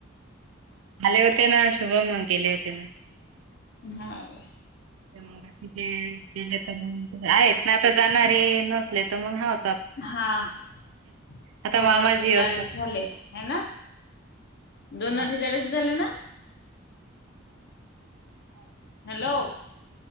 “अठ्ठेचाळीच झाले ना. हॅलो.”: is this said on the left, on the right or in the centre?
Left